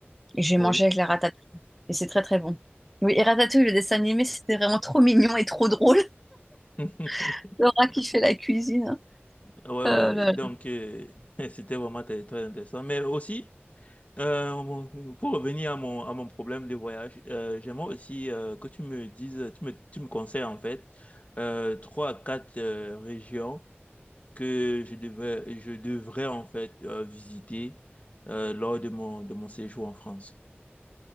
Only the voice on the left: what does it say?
Oui.
<laughs>
Ouais, ouais,
ouais.
Donc,
euh, <laughs> c'était vraiment très, très intéressant. Mais aussi, euh, mon- pour revenir à mon, à mon problème de voyage, euh, j'aimerais aussi euh, que tu me dises, tu me, tu me conseilles en fait euh, trois à quatre euh, régions que je devais, je devrais en fait euh, visiter euh, lors de mon, de mon séjour en France.